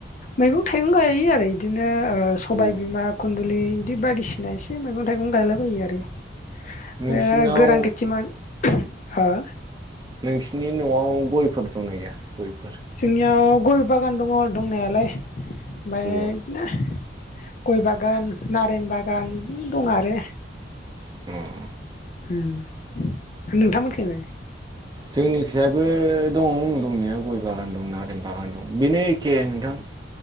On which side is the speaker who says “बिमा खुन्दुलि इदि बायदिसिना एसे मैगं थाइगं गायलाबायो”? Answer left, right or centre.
Left